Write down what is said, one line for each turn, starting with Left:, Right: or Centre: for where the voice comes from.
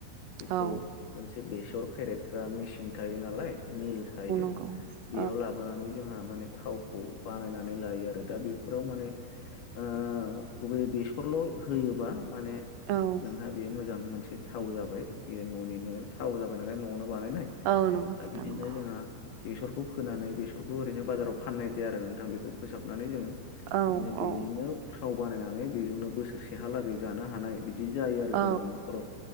Left: बेखौ
Right: औ।
Left: मोनसे बेसर फेरेदग्रा मेसिन थायो नालाय मिल थायो।
Right: <inaudible>
Left: बेयाव लाबोनानै जोंहा माने थावखौ बानायनानै लायो आरो दा बेफोराव माने ओ गुबैयै बेस'रल' होयोबा माने
Right: औ। औ
Left: नोंहा बेयो मोजां मोनसे थाव जाबाय बियो न'निनो थाव जाबाय नालाय न'आवनो बानायनाय
Right: औ नंगौ
Left: दा
Right: नोंथां
Left: बिदिनो
Right: नंगौ
Left: जोंहा बेस'रखौ फोनानै बेस'रखौ ओरैनो बाजाराव फाननाय जाया आरो नोंथां बेखौ फोसाबनानै जोङो बिदिनो
Right: औ औ
Left: बेनिनो थाव बानायनानै बेजोंनो बोसोरसेहालागै जानो हानाय बिदि जायो आरो
Right: औ
Left: जोंना न'खराव